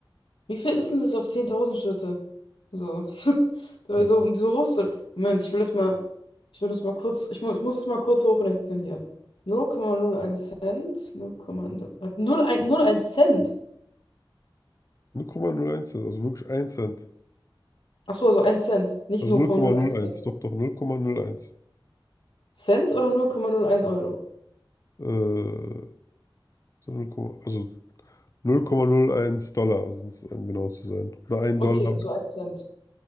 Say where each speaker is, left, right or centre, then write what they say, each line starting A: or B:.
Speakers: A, on the left; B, on the left.
A: Wie viel ist denn das auf 10.000 Schritte? So. <laughs> Dabei
B: Ja.
A: so, so hoch. ist- das- Moment, ich will das mal, ich will das mal kurz, ich, mu ich muss das mal kurz hochrechnen hier. 0,01 Cent, 0,0, was, 0,1 0,1 Cent.
B: null Komma null eins Cent, also wirklich ein Cent.
A: Achso, also ein Cent, nicht
B: Also
A: 0,01
B: null null Komma null
A: Cent.
B: eins, doch, doch, 0,01.
A: Cent oder 0,01 Euro?
B: Äh, so 0, also 0,01 Dollar sind es, um genau zu sein. Oder ein
A: Okay,
B: Dollar,
A: also ein Cent.